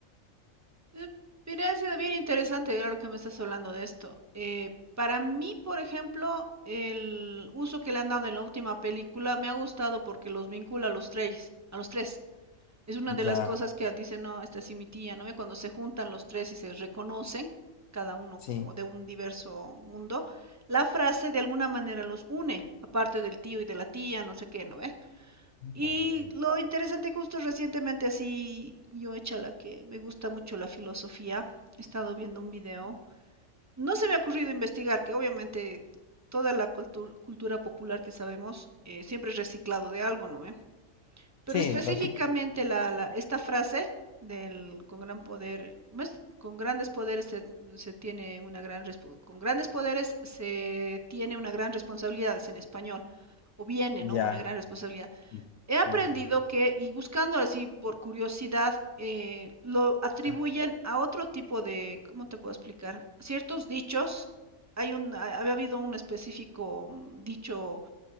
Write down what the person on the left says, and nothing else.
Ya,
sí,
también.
Sí,
la típica.
Ya.
sí,
sí, sí.
Ah,